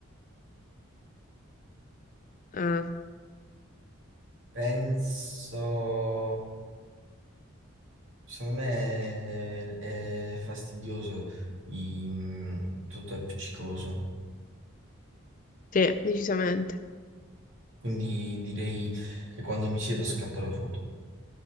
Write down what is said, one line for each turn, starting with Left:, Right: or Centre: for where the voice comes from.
Left: Ah,
Right: penso, secondo me è, è fastidioso, i- tutto è appiccicoso.
Left: sì, decisamente.
Right: Quindi direi che quando mi siedo scatto la foto.